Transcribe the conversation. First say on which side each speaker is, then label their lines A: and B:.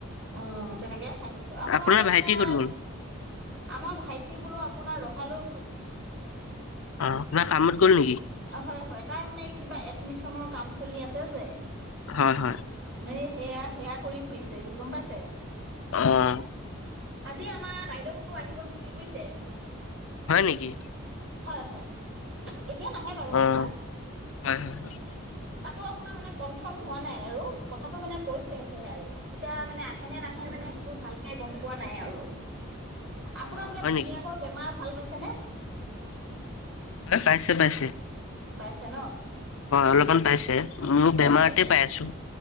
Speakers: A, on the right; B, on the left.
A: অহ, তেনেকে খাই আহিলোঁ আপোনালোকে
B: আপোনাৰ ভাইটি
A: বোলে
B: ক'ত গ'ল
A: আমাৰ ভাইটি বোলো আপোনাৰ ৰহালৈ গ'ল।
B: অ, না কামত গ'ল নেকি?
A: অ হয় হয়, তাৰ মানে কিবা এডমিশনৰ কাম চলি আছে যে।
B: হয় হয়।
A: এ সেয়া সেয়া কৰি ফুৰিছে সি গম পাইছে।
B: অ',
A: আজি আমাৰ বাইদহতো আহিব নেকি বুইছে?
B: হয় নেকি?
A: হয় হেন এতিয়া নাহে বাৰু আপোনাৰ।
B: অ হয় হয় <unintelligible>
A: তাতো আপোনাৰ মানে কনফৰ্ম হোৱা নাই আৰু কথাটো মানে কৈছেহে আৰু এতিয়া মানে আহে নে নাহে মানে সেই ইটো ভালকে গম পোৱা নাই আৰু।
B: <inaudible>
A: আপোনাৰ
B: অ
A: বোলে
B: হয়
A: ভনীয়েকৰ
B: নেকি
A: বেমাৰ ভাল পাইছে নে?
B: নে পাইছে -পাইছে।
A: পাইছে ন?
B: হয় অলপমান পাইছে মোক
A: হয়
B: বেমাৰতে
A: হয় হয়
B: পাই আছো।